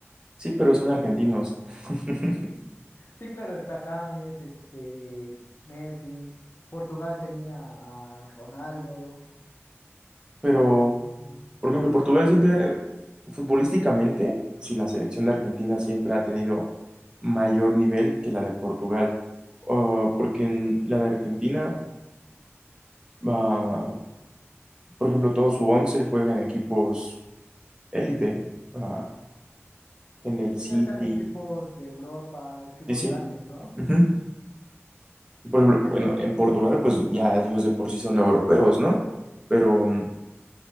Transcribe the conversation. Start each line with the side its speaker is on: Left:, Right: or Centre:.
Right: Sí, pero son argentinos. <laughs>
Left: Sí, claro, está James, este, Messi. Portugal tenía a Ronaldo,
Right: Pero
Left: a Cristiano.
Right: Por ejemplo, Portugal siempre, eh, futbolísticamente, si la selección de Argentina siempre ha tenido mayor nivel que la de Portugal, Ah, porque en la de Argentina, ah, por ejemplo, todo su once juega en equipos élite, ah, en el
Left: Sí,
Right: City,
Left: ya sean equipos de Europa, equipos
Right: sí, sí.
Left: grandes, ¿no?
Right: ujú. Y por ejemplo,
Left: Eso
Right: bueno, en
Left: sí.
Right: Portugal, pues ya ellos de por sí son europeos, ¿no? Pero mm,